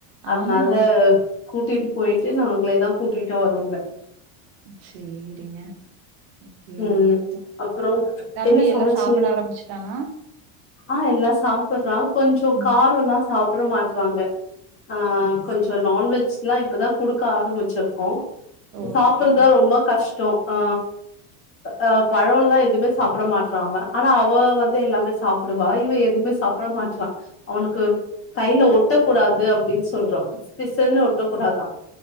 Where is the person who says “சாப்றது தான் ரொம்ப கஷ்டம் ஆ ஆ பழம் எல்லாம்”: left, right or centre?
Left